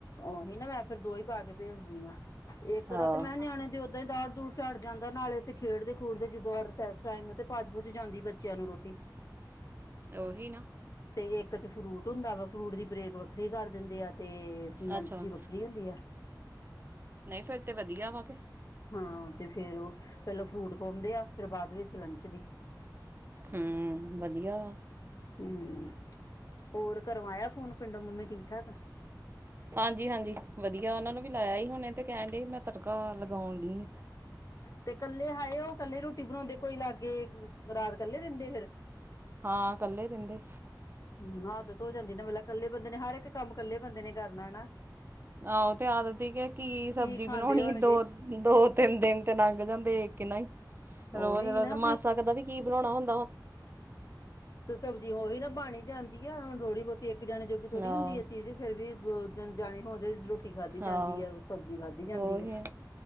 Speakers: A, on the left; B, on the right.
A: ਓਹੀ ਨਾ ਮੈਂ ਫਿਰ ਦੋ ਦੋ ਈ ਪਾ ਕੇ ਭੇਜਦੀ ਆਂ। ਇੱਕ
B: ਹਾਂ
A: ਤਾਂ ਤੇ ਮੈਂ ਨਿਆਣੇ ਦੀ ਓਦਾਂ ਹੀ ਦਾੜ ਦੂੜ ਚੜ ਜਾਂਦਾ ਨਾਲੇ ਓਥੇ ਖੇਡਦੇ ਖੂਡਦੇ ਜਿਦੋਂ ਆ ਰਸੈਸ ਟਾਈਮ ਤੇ ਪਚ ਪੁਜ ਜਾਂਦੀ ਬੱਚੇਆਂ ਨੂੰ ਰੋਟੀ।
B: ਓਹੀ ਨਾ।
A: ਤੇ ਇੱਕ ਚ ਫਰੂਟ ਹੁੰਦਾ ਵਾ ਫਰੂਟ ਦੀ ਬਰੇਕ ਵੱਖਰੀ ਕਰ ਦਿੰਦੇ ਆ। ਤੇ ਲੰਚ
B: ਅੱਛਾ
A: ਦੀ ਵੱਖਰੀ ਹੁੰਦੀ ਆ।
B: ਨਹੀਂ ਫਿਰ ਤੇ ਵਧੀਆ ਵਾ ਕੇ।
A: ਹਾਂ ਤੇ ਫਿਰ ਉਹ ਪਹਿਲੋਂ ਫਰੂਟ ਖਵਾਉਂਦੇ ਆ ਫਿਰ ਬਾਦ ਵਿੱਚ ਲੰਚ ਦੀ
B: ਹੂੰ ਵਧੀਆ।
A: ਹੂੰ। ਹੋਰ ਘਰੋਂ ਆਇਆ ਫੋਨ ਪਿੰਡੋ ਮੰਮੀ ਠੀਕ ਠਾਕ?
B: ਹਾਂਜੀ ਹਾਂਜੀ ਵਧੀਆ ਉਹਨਾ ਨੂੰ ਵੀ ਲਾਇਆ ਹੀ ਹੁਣੇ ਤੇ ਕਹਿਣ ਡੇ ਹੀ ਮੈਂ ਤੜਕਾ ਲਗਾਉਣ ਡੀ ਆਂ।
A: ਤੇ ਕੱਲੇ ਹਾਏ ਉਹ ਕੱਲੇ ਰੋਟੀ ਬਣਾਉਂਦੇ ਕੋਈ ਲਾ ਗੇ ਰਾਤ ਕੱਲੇ ਰਹਿੰਦੇ ਫੇਰ
B: ਹਾਂ ਕੱਲੇ ਰਹਿੰਦੇ।
A: ਹੂੰ ਆਦਤ ਹੋ ਜਾਂਦੀ ਨਾ ਮਤਲਬ ਕੱਲੇ ਬੰਦੇ ਨੇ ਹਰ ਇੱਕ ਕੰਮ ਕਲੇ ਬੰਦੇ ਨੇ ਕਰਨਾ ਹਨਾ।
B: ਆਹੋ ਤੇ ਆਦਦ ਹੈ ਕਿ ਕੀ ਸਬਜ਼ੀ
A: ਖਾਂਦੇ
B: ਬਣਾਉਣੀ
A: ਹੋਣਗੇ
B: ਦੋ ਦੋ ਤਿੰਨ ਦਿਨ ਤੇ ਲੰਘ ਜਾਂਦੇ ਇੱਕ ਨਾ ਈ ਰੋਜ਼
A: ਉਹੀ
B: ਰੋਜ਼
A: ਨਾ
B: ਮਾਸਾਕ ਦਾ ਵੀ ਕੀ ਬਣਾਉਣਾ ਹੁੰ
A: ਤੇ ਸਬਜ਼ੀ ਉਹੀ ਨਾ ਬਣ ਈ ਜਾਂਦੀ ਆ ਹੁਣ ਥੋੜ੍ਹੀ ਬੋਤ ਤੇ ਇੱਕ ਜਾਣੇ ਜੋਗੀ ਥੋੜੀ
B: ਆਹੋ
A: ਹੁੰਦੀ ਏ ਚੀਜ਼ ਫੇਰ ਵੀ ਜਾਣੇ ਹੋਜੇ ਲੂ ਰੋਟੀ ਖਾਦੀ ਜਾਂਦੀ
B: ਆਹੋ
A: ਹੈ ਸਬਜ਼ੀ ਖਾਦੀ ਜਾਂਦੀ
B: ਉਹੀ
A: ਐ।
B: ਆ,